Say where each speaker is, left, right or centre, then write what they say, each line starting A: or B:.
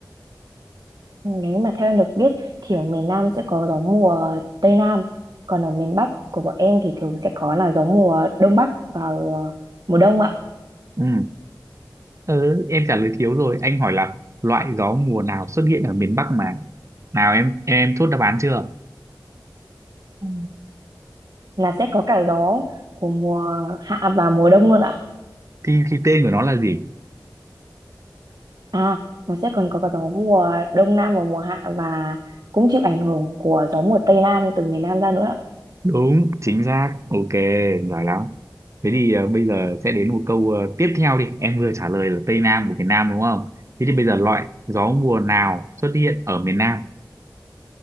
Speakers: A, on the right; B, on the right.
A: Nếu mà theo em được biết thì ở miền Nam sẽ có gió mùa Tây Nam, còn ở miền Bắc của bọn em thì thường sẽ có là gió mùa Đông Bắc vào ờ, mùa đông ạ.
B: ừ. ừ em trả lời thiếu rồi anh hỏi là loại gió mùa nào xuất hiện ở miền Bắc mà nào em em chốt đáp án chưa
A: Ừ. Là sẽ có cả gió của mùa hạ và mùa đông luôn ạ.
B: thì thì tên của nó là gì
A: À, nó sẽ còn có cả gió mùa đông nam và mùa hạ và cũng chịu ảnh hưởng của gió mùa tây nam từ miền nam ra nữa.
B: đúng chính xác ok giỏi lắm thế thì ờ, bây giờ sẽ đến một câu ờ, tiếp theo đi em vừa trả lời là Tây Nam của miền Nam đúng không thế thì bây giờ loại gió mùa nào xuất hiện ở miền Nam